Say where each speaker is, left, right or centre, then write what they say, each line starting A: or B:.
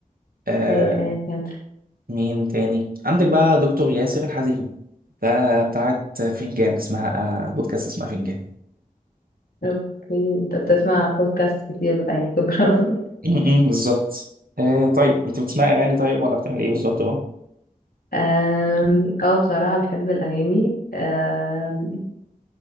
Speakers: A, on the right; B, on the left.
A: آه
B: ايوه ايوه فهمت
A: مين تاني عندك بقى دكتور ياسر الحزيمي ده بتاعت فنجان اسمها آه بودكاست اسمها فنجان
B: اوكي انت بتسمع بودكاست كتير بقى يا كبرى <laughs>
A: م- م، بالظبط آه طيب انت بتسمع اغاني طيب ولا بتعمل ايه بالظبط بقى
B: أم، اه بصراحة بحب الأغاني أم،